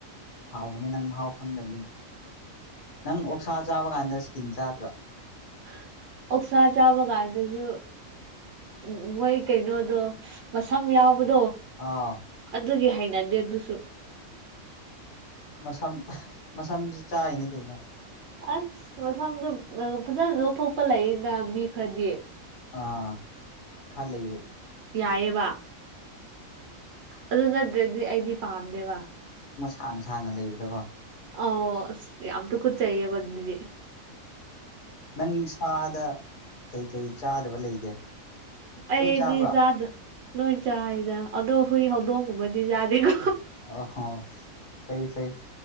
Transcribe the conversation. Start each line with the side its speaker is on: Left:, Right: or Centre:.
Left: ꯍꯥꯎꯕꯅꯦ ꯅꯪ ꯃꯍꯥꯎ ꯈꯪꯗꯕꯝꯒꯤꯅꯦ ꯅꯪ ꯑꯣꯛꯁꯥ ꯆꯥꯕ ꯒꯥꯟꯗ ꯏꯁ꯭ꯀꯤꯟ ꯆꯥꯗ꯭ꯔꯥ
Right: <unintelligible> ꯑꯣꯛꯁꯥ ꯆꯥꯕ ꯀꯥꯟꯗꯁꯨ ꯎ ꯃꯣꯏ ꯀꯩꯅꯣꯗꯣ ꯃꯁꯝ ꯌꯥꯎ ꯕꯗꯣ
Left: ꯑꯥ
Right: ꯑꯗꯨꯒꯤ ꯍꯩꯅꯗꯦ ꯑꯗꯨꯁꯨ
Left: ꯃꯁꯝ ꯃꯁꯝꯁꯨ ꯆꯥꯏꯅꯦ ꯀꯩꯅꯣ
Right: ꯑꯁ ꯃꯁꯝꯗ ꯐꯖꯅ ꯂꯧꯊꯣꯛꯄ ꯂꯩꯅ ꯃꯤ ꯈꯔꯗꯤ
Left: ꯑꯥ ꯈꯂꯩꯕ
Right: ꯌꯥꯏꯌꯦꯕ ꯑꯗꯨ ꯅꯠꯇ꯭ꯔꯗꯤ ꯑꯩꯗꯤ ꯄꯥꯝꯗꯦꯕ
Left: ꯀꯥꯡ ꯁꯥꯡꯅ ꯂꯩꯕꯗꯕꯣ
Right: ꯑꯧ ꯑꯁ ꯌꯥꯝ ꯇꯨꯀꯠꯆꯩꯌꯦꯕ ꯑꯗꯨꯗꯤ
Left: ꯅꯪ ꯁꯥꯗ ꯀꯩ ꯀꯩ ꯆꯥꯗꯕ ꯂꯩꯒꯦ
Right: ꯑꯩꯗꯤꯖꯥꯗ
Left: ꯂꯣꯏ ꯆꯥꯕ꯭ꯔꯥ
Right: ꯂꯣꯏ ꯆꯥꯏꯗ ꯑꯗꯣ ꯍꯨꯏ ꯍꯧꯗꯣꯡꯒꯨꯝꯕꯗꯤ ꯖꯥꯗꯦꯀꯣ
Left: ꯑꯍꯣ ꯐꯩ ꯐꯩ